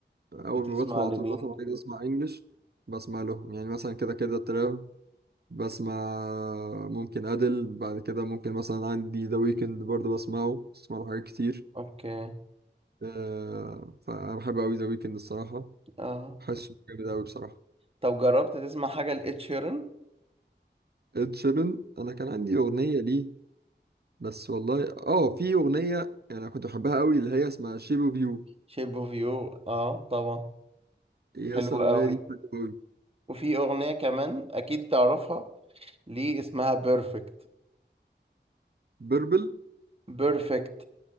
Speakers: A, on the right; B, on the right.
A: اول
B: بتسمع
A: ما بدخل على
B: لمين
A: طول مثلا عايز اسمع انجلش بسمع لهم يعني مثلا كده كده تراب بسمع ممكن ادل بعد كده ممكن مثلا عندي ذا ويكند برضه بسمعه بسمع له حاجات كتير
B: اوكي
A: آه فانا بحب قوي ذا ويكند الصراحة
B: اه
A: حاسه جامد قوي بصراحة
B: طب جربت تسمع حاجة لإد شيران
A: اد شيران انا كان عندي اغنية ليه بس والله اه في اغنيه يعني انا كنت بحبها قوي اللي هي اسمها شيب اوف يو
B: شيب اوف يو اه طبعا
A: هي
B: حلو
A: اصلا
B: قوي
A: الاغنيه دي حلوه قوي
B: وفي اغنية كمان اكيد تعرفها ليه اسمها بيرفكت
A: بيربل
B: بيرفكت